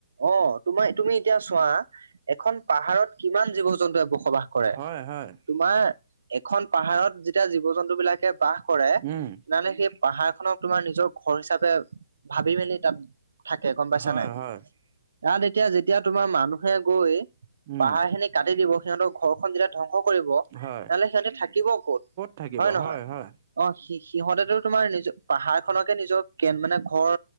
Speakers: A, on the right; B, on the right.
A: অ, তোমাৰ তুমি এতিয়া চোৱা এখন পাহাৰত কিমান জীৱ-জন্তুৱে বসবাস কৰে
B: হয় হয়,
A: তোমাৰ এখন পাহাৰত যেতিয়া জীৱ-জন্তু বিলাকে বাস কৰে।
B: উম,
A: নাই নে সেই পাহাৰ খনক তোমাৰ নিজৰ ঘৰ হিচাপে ভাবি মেলি তাত থাকে গম পাইছা
B: হয়
A: নাই। ইয়াত
B: হয়,
A: এতিয়া যেতিয়া তোমাৰ মানুহে গৈ
B: উম,
A: পাহাৰ খিনি কাটি দিব সিহঁতকৰ ঘৰখন যেতিয়া ধ্বংস কৰিব।
B: হয়।
A: নহলে সিহঁতে থাকিব ক'ত
B: থাকিব
A: হয়ে নহয়।
B: হয় হয়,
A: অ, স সিহঁতে তোমাৰ নিজ পাহাৰ খনকে নিজৰ কে, মানে ঘৰ